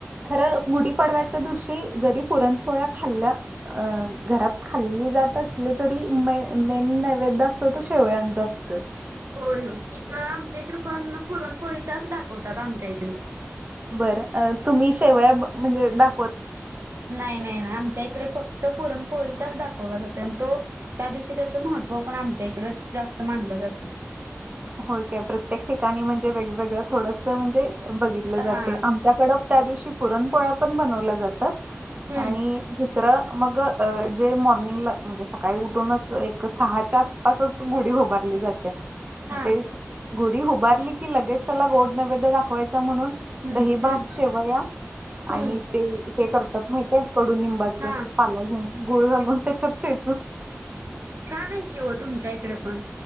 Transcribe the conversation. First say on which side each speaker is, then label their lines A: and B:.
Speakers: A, on the right; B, on the right.
A: खरं गुढी पाडव्याच्या दिवशी जरी पुरणपोळ्या खाल्ल्या. अ घरात ख खाल्ली जात असले तरी मे मेन नैवेद्य असत तर शेवळ्यांच असतं
B: होय हो एक आमच्या इकडे पण पुरणपोळीचाच दाखवतात आमच्या इकडे.
A: बरं तुम्ही शेवया म्हणजे दा
B: नाही नाही नाही आमच्या इकडे फक्त पुरणपोळीचाच दाखवला जातो आणि तो त्या दिवशी त्याचं महत्त्व पण आमच्या इकड जास्त मानलं जातय.
A: होय काय प्रत्येक ठिकाणी म्हणजे वेगवेगळं थोडस म्हणजे, बघितलं
B: हा.
A: जाते आमच्याकड त्या दिवशी पुरणपोळ्या पण बनवल्या जातात
B: हम्म
A: आणि मग जे मॉर्निंगला म्हणजे सकाळी उठूनच सहाच्या आसपासच गुडी. हुबारली जात्या
B: हा
A: तेच गुडी हुबारली की लगेच त्याला गोड नैवेद्य दाखवायचा. म्हणून
B: हम्म
A: दहीभात
B: हम्म
A: शेवया.
B: हम्म
A: आणि ते हे करतात माहितेय कडूनिंबाच
B: हा
A: पाला घेऊन गुळ घालून त्याच्यात हो.
B: छान आहे की हो तुमच्या इकडे पण.